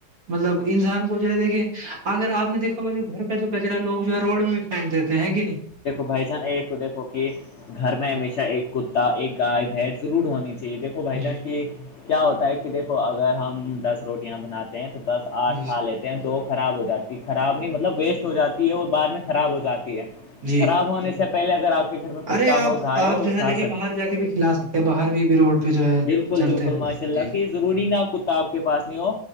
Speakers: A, on the right (about 55°); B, on the left (about 65°).
A: مطلب انسان کو جو ہے دیکھیے اگر آپ نے دیکھا جو گھر کا جو کچرا لوگ جو ہے روڈ میں بھی پھینک دیتے ہیں کہ نہیں
B: بائی جان ہے تو دیکھو کہ گھر
A: نہیں
B: میں ہمیشہ ایک کتا ایک گائے بھیس ضرور ہونی چاہیے دیکھو بھائی جان
A: جی
B: کہ کیا ہوتا ہے کہ دیکھو اگر ہم دس روٹیاں بناتے پینتٹ دس آٹھالتے
A: جی
B: تو وہ خراب ہو جاتی ہے خراب نہیں مطلب ویسٹ ہو جاتی ہے اور بعد میں خراب ہو جاتی ہے
A: جی
B: خراب ہونے سے پہلے اگر آپ کے گھر میں کتا
A: ارے آپ
B: ہو گائے
A: آپ
B: ہو
A: جو ہے
B: کھا
A: دیکھیے باہر جا کے بھی کھلا سکتے ہیں باہر بھی بھی روڈ پہ جو ہے
B: بالکل
A: چلتے
B: بالکل
A: رہتے
B: ماشاء اللہ
A: جی
B: کہ ضروری نہ کتا آپ کے پاس نہیں ہو